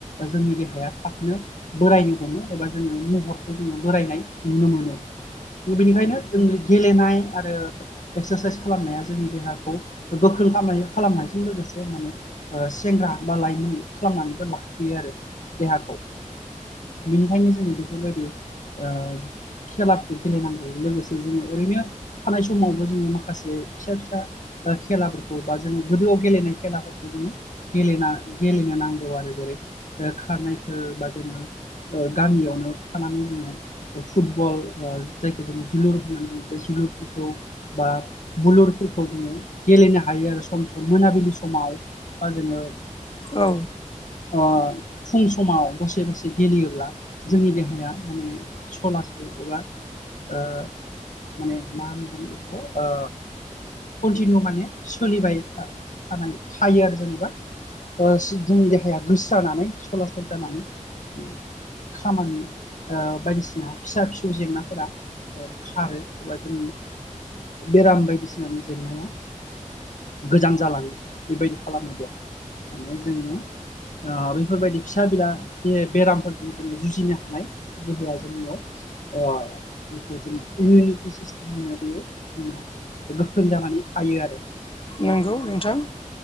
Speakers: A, on the left; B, on the left.
A: जोंनि देहाया थाबनो बोरायनो हमो एबा जोङो महरखौ जोङो बोरायनाय नुनो मोनो। बेनिखायनो जोंनि गेलेनाय आरो एक्सारसाइस खालामनाया जोंनि देहाखौ गोख्रों खालाम खालामनायजों लोगोसे माने सेंग्रा बा लाइमोन खालामनानैबो लाखियो आरो देहाखौ बिनिखायनो जोङो बेफोरबायदि ओ खेलाफोरखौ गेलेनांगौ। लोगोसे जोङो ओरैनो थानाय समावबो जोङो माखासे फिसा फिसा खेलाफोरखौ बा जोङो गोदोआव गेलेनाय खेलाफोरखौ जोङो गेले गेलेनो नांगौ आरो जेरै खारनायफोर बा जोङो गामियावनो थानानै जोङो फुटबल जायखौ जोङो जोलुर बे जोलुरफोरखौ बा बुलुरफोरखौ जोङो गेलेनो हायो आरो सम सम मोनाबिलि समाव। बा जोङो
B: औ।
A: अ फुं समाव दसे दसे गेलेयोब्ला जोंनि देहाया माने सलासल एबा ओ माने मा होनगोन बेखौ ओ कन्टिनिउ माने सोलिबाय था-थानाय। थायो आरो जेनेबा जोंनि ओ देहाया गोस्रानानै सलासल जानानै माने खामानि ओ बायदिसिना फिसा फिसौ जेंना। फोरा ओ खारो एबा जोंनि बेराम बायदिसिनानि जेंनाया गोजान जालाङो बेबायदि खालामोब्ला माने जोङो ओ बेफोरबायदि फिसा बिला बे बेरामफोरजों जोङो जुजिनो हानाय गोहोआ जोंनियाव ओ जायखौ जोङो इमिउनिटि सिस्टेम होनो बेयो गोख्रों जानानै थायो आरो।
B: नोंगौ नोंथां।